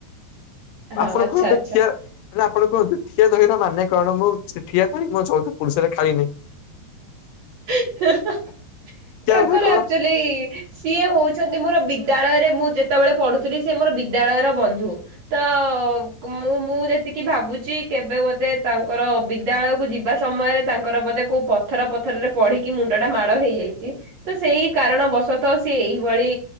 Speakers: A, on the right (about 55°); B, on the left (about 85°).
A: ହଁ
B: ଆପଣ
A: ଆଚ୍ଛା
B: କଣ ତ
A: ଆଚ୍ଛା।
B: କ୍ୟା ନା ଆପଣ କୁହନ୍ତୁ ଠିଆ ଦହିର ମାନେ କଣ ମୁଁ ଠିଆ ଦହି ମୋ ଚଉଦ ପୁରୁଷରେ ଖାଇନି।
A: <unintelligible>
B: ଠିଆ
A: ତାଙ୍କର
B: ଦହି କଣ
A: ଆକ୍ଚୁଆଲି ସିଏ ହଉଛନ୍ତି ମୋର ବିଦ୍ୟାଳୟରେ ମୁଁ ଯେତେବେଳେ ପଢୁଥିଲି ସେ ମୋର ବିଦ୍ୟାଳୟର ବନ୍ଧୁ ତ କ ମୁଁ ମୁଁ ଯେତିକି ଭାବୁଛି କେବେ ବୋଧେ ତାଙ୍କର ବିଦ୍ୟାଳୟକୁ ଯିବା ସମୟରେ ତାଙ୍କର ବୋଧେ କୋଉ ପଥର ପଥରରେ ପଢିକି ମୁଣ୍ଡଟା ମାଡ଼ ହେଇଯାଇଛି। ତ ସେଇ କାରଣବଶତଃ ସିଏ ଏଇଭଳି